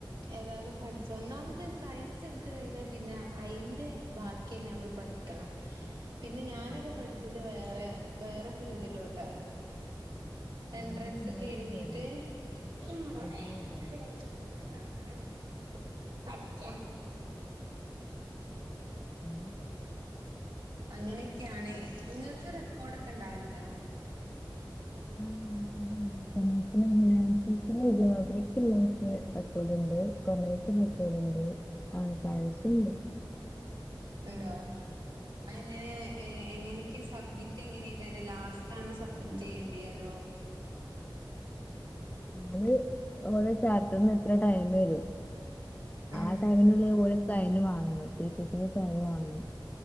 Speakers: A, on the right; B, on the left.
A: ഏതായാലും പഠിച്ച ഒന്നാമത് സയൻസ് എടുത്ത കഴിഞ്ഞാ പിന്ന അയിന്റെ ബാക്കി തന്നെ നമ്മൾ പഠിക്കണം. പിന്നെ ഞാനൊക്കെ
B: അതാ
A: പഠിച്ചത് വേറെ വേറെ ഫീൽഡിലോട്ടായി. എൻട്രൻസ്
B: നിങ്ങൾ കോളേജ്
A: ഒക്കെ എഴുതിട്ട്
B: പോയിരുന്നോ
A: <unintelligible>
B: ഡിഗ്രി ചെയ്തിരുന്നോ
A: അച്ച
B: ഉം
A: അങ്ങനെയൊക്കെയാണ് നിങ്ങൾക്ക് റെക്കോർഡ്ക്കെ ഉണ്ടാവല് ല്ലോ
B: ആ ഇണ്ട് ണ്ട് <unintelligible> <unintelligible> നോക്കലുണ്ട് കൊമേഴ്സ് നോക്കലുണ്ട് ആ സയൻസ്ണ്ട്
A: ഉണ്ടോ അങ്ങനെ ഏ എങ്ങനക്കേ സബ്മിറ്റ് എങ്ങനെയക്കാരം ലാസ്റ്റ് ആണ് സബ്മിറ്റ് ചെയ്യേണ്ടി അതോ?
B: ഓല് ഓല് ചപ്പ്റ്ററിന് ഇത്ര ടൈം തരും
A: ഉം
B: ആ ടൈമിനുള്ളിൽ ഓല് സൈന് വാങ്ങണം ടീച്ചേഴ്‌സിന്റെ സൈന് വാങ്ങണം